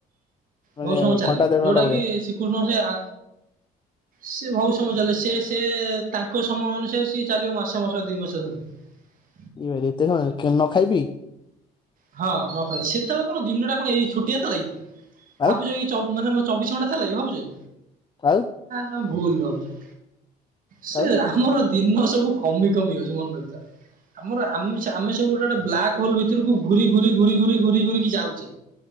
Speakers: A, on the left; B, on the right.
A: ମାନେ
B: ବହୁତ ସମୟ ଚାଲିବ
A: ଘଣ୍ଟା ଦେଢ
B: ଯୋଉଟା
A: ଘଣ୍ଟା ଭଳିଆ
B: କି ଶ୍ରୀକୃଷ୍ଣ ସେ ଆ ସେ ବହୁତ ସମୟ ଚାଲେ ସେ ସେ ତାଙ୍କ ସମୟ ଅନୁସାରେ ସିଏ ଚାଲିବ ମାସ ମାସ ଦି ମାସ ଧରି। <unintelligible>
A: ଏ ଭାଇରେ ଏତେ ସମୟ ନ ଖାଇବ ପି
B: ହଁ ନ ଖାଇ ସେତେବେଳେ କଣ ଦିନ ଟା କଣ ଏଇ ଛୋଟିଆ ଥିଲା କି ଭାବୁଚ
A: ଆଉ
B: କି ଚ ମାନେ ମତ ଚବିଶ ଘଣ୍ଟା ଥିଲା କି ଭାବୁଚ କି?
A: ଆଉ
B: ହ ଭୁଲ ଭାବୁଚ ସେ
A: ଆଉ
B: ଆମର ଦୁ ଦିନ ସବୁ କମି କମି ଯାଉଚି ମନ ରଖିଥାଅ ଆମର ଆମିଷ ଆମିଷ ଆମେ ସବୁ ଗୋଟେ ଗୋଟେ ବ୍ଲାକ୍ ହୋଲ ଭିତରକୁ ଘୁରି ଘୁରି ଘୁରି ଘୁରି ଘୁରି ଘୁରିିକି ଯାଉଚି